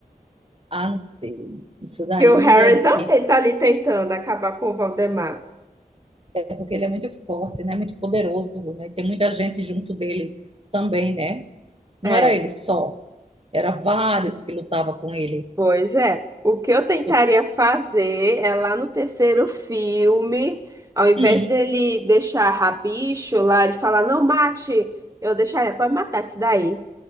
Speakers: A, on the right; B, on the right.
A: ah, não sei. Isso daí
B: Que o Harry
A: é difícil,
B: também tá ali tentando acabar com o Voldemort.
A: é porque ele é muito forte, né? Muito poderoso, né? Tem muita gente junto dele também, né? Não
B: É,
A: era ele só, era vários que lutavam com ele.
B: pois é. O que eu tentaria
A: Tu-
B: fazer é lá no terceiro filme, ao invés
A: Hum,
B: dele deixar rabicho lá, ele falar, não mate, eu deixaria, pode matar esse daí.